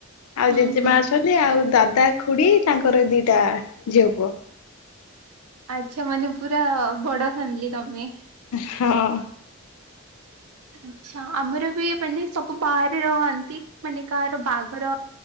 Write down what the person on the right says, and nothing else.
ହୁଁ
ହୁଁ।
ଆଛା ମାନେ ପୁରା ବଡ ଫ୍ୟାମିଲି ତମେ।
ଆଛା ଆମର ବି ମାନେ ସବୁ ବାହାରେ ରହନ୍ତି, ମାନେ କାହାର ବାହାଘର